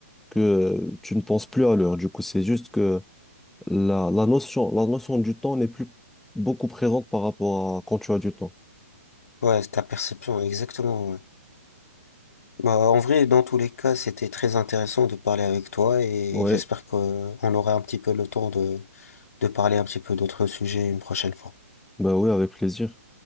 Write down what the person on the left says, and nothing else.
ouais, c'est ta perception, exactement. ouais. Bah, en vrai, dans tous les cas, c'était très intéressant de parler avec toi et
j'espère qu'on aura un petit peu le temps de, de parler un petit peu d'autres sujets une prochaine fois.